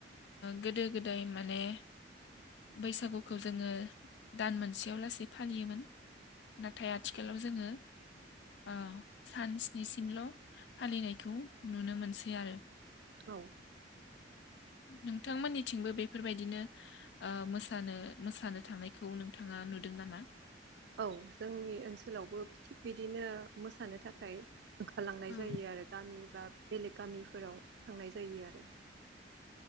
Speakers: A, on the left; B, on the right.
A: गोदो गोदाय माने बैसागुखौ जोङो दान मोनसेयाव लासै फालियोमोन। नाथाय आथिखालाव जोङो ओ सान स्नि सिमल' फालिनायखौ नुनो मोनसै आरो।
B: औ।
A: नोंथां मोननिथिंबो बेफोर बायदिनो ओ मोसानो मोसानो थांनायखौ नोंथाङा नुदों नामा?
B: औ जोंनि ओनसोलावबो थिग बिदिनो मोसानो थाख खाय ओंखारलांनाय
A: औ
B: जायो आरो गामि बा बेलेग गामिफोराव थांनाय जायो आरो।